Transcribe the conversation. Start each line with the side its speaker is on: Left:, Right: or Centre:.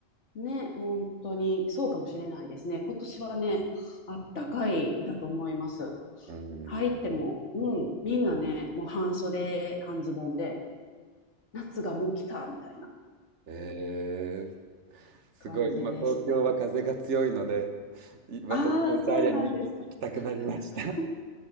Left: ね、本当にそうかもしれないですね。今年はね、あったかいだと思います。
Right: うん。
Left: 入っても、うん、みんなね、もう半袖、半ズボンで、夏がもう来た、みたいな
Right: ええすごい、
Left: 感じでした。
Right: 今東京は風が強いので、い私もイタリアに行行きたくなりました。
Left: ああ、そうなんですか。<laughs>